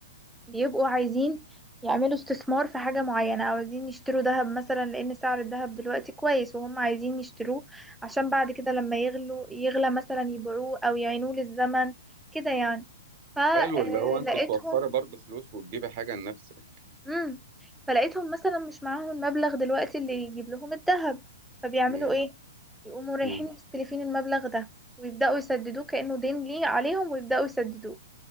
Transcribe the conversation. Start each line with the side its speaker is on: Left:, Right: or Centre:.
Centre: بيبقوا عايزين يعملوا استثمار في حاجة معينة أو عايزين يشتروا ذهب مثلا لأن سعر الذهب دلوقتي كويس وهم عايزين يشتروه عشان بعد كده لما يغلو يغلى مثلا يبيعوه أو يعينوه للزمن كده يعني فلقيتهم
Right: حلو اللي هو انت توفري برضه فلوس وتجيبي حاجة لنفسك
Centre: امم فلقيتهم مثلا مش معاهم المبلغ دلوقتي اللي يجيب لهم الذهب فبيعملوا
Right: م-
Centre: ايه يقوموا رايحين
Right: م-
Centre: مستلفين المبلغ ده ويبداوا يسددوه كانه دين ليه عليهم ويبداوا يسددوه